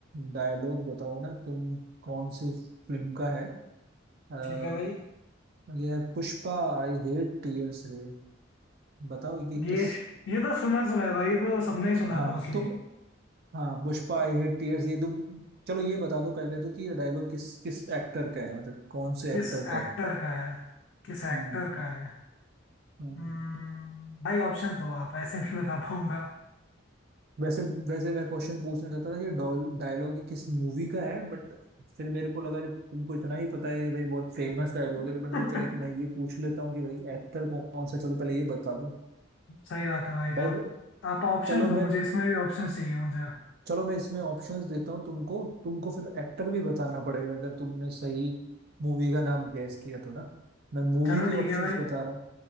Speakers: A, on the right; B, on the left.
A: डायलॉग बताओ ना तुम कौन सी फिल्म का है अ,
B: ठीक है भाई
A: ये है पुष्पा आई हेट टीयर्स रे बताओ ये किस
B: ये ये तो सुना सुना है भाई ये तो सबने ही सुना
A: हाँ
B: है मोस्टली
A: तुम हाँ पुष्पा आई हेट टीयर्स ये तुम चलो ये बता दो पहले तो कि ये डायलॉग किस किस एक्टर का है मतलब कौन से
B: किस
A: एक्टर
B: एक्टर
A: का है
B: का है किस
A: हम्म
B: एक्टर का है हम्म,
A: हम्म।
B: भाई ऑप्शंस दो आप ऐसे नहीं बता पाऊंगा
A: वैसे वैसे मैं क्वेश्चन पूछना चाहता था कि डायलॉग ये किस मूवी का है बट फिर मेरे को लगा जब तुमको इतना ही पता है कि भाई बहुत फेमस डायलॉग है
B: <laughs>
A: तो मैंने सोचा है कि मैं ये पूछ लेता हूँ कि भाई एक्टर कौन सा है। चलो पहले ये बता दो
B: सही बात है भाई
A: भाई
B: आप
A: मैं-
B: आप ऑप्शंस
A: चलो
B: दो
A: मैं
B: मुझे इसमें भी ऑप्शंस चाहिए मुझे
A: चलो मैं इसमें ऑप्शंस देता हूँ तुमको तुमको फिर एक्टर भी बताना पड़ेगा अगर तुमने सही मूवी का नाम गैस किया तो ना मैं मूवी
B: चलो
A: के ऑप्शंस
B: ठीक है भाई
A: बता रहा हूँ